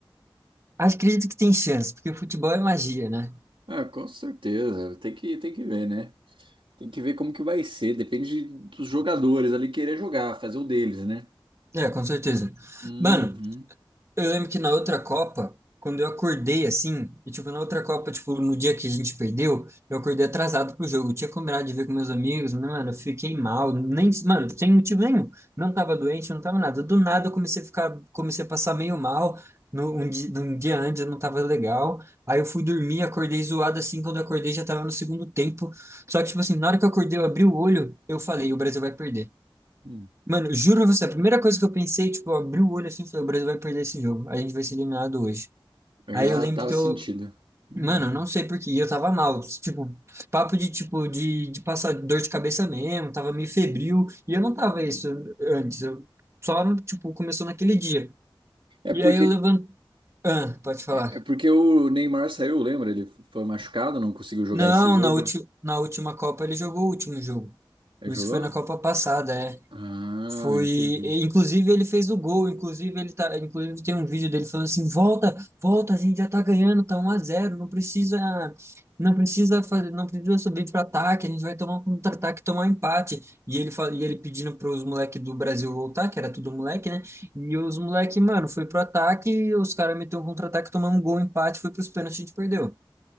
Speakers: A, on the right; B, on the right.
A: acredito que tem chance, porque futebol é magia, né?
B: Ah, com certeza. Tem que, tem que ver, né? Tem que ver como que vai ser. Depende de- dos jogadores ali querer jogar, fazer o deles, né?
A: É, com certeza.
B: Uhum.
A: Mano, Eu lembro que na outra Copa, quando eu acordei assim, e tipo, na outra Copa, tipo, no dia que a gente perdeu, eu acordei atrasado pro jogo. Eu tinha combinado de ver com meus amigos, mas, mano, eu fiquei mal, nem, mano, sem motivo nenhum. Não tava doente, não tava nada. Do nada eu comecei a ficar, comecei a passar meio mal. No, um, di- um dia antes eu não tava legal. Aí eu fui dormir, acordei zoado assim. Quando eu acordei já tava no segundo tempo. Só que, tipo assim, na hora que eu acordei, eu abri o olho, eu falei: o Brasil vai perder.
B: Hum.
A: Mano, juro pra você, a primeira coisa que eu pensei, tipo, eu abri o olho assim, e falei, o Brasil vai perder esse jogo. A gente vai ser eliminado hoje.
B: Eu
A: Aí
B: já
A: eu lembro
B: tava
A: que
B: sentindo.
A: eu,
B: Uhum.
A: mano, eu não sei por quê, eu tava mal, tipo, papo de tipo de, de passar dor de cabeça mesmo, tava meio febril, e eu não tava isso antes, eu só tipo começou naquele dia.
B: É
A: E
B: porque,
A: aí eu levanto, ah, pode falar.
B: é porque o Neymar saiu, lembra? Ele foi machucado, não conseguiu jogar
A: Não,
B: esse jogo.
A: na última na última Copa ele jogou o último jogo.
B: Ele
A: Isso
B: jogou?
A: foi na Copa passada, é.
B: Ah,
A: Foi,
B: entendi.
A: inclusive ele fez o gol, inclusive ele tá, inclusive tem um vídeo dele falando assim: "Volta, volta, a gente já tá ganhando, tá 1 a 0, não precisa não precisa fazer, não precisa subir para ataque, a gente vai tomar um contra-ataque, tomar um empate". E ele fa- e ele pedindo para os moleque do Brasil voltar, que era tudo moleque, né? E os moleque, mano, foi pro ataque, os caras meteu um contra-ataque, tomamos um gol, um empate, foi pros pênaltis, a gente perdeu.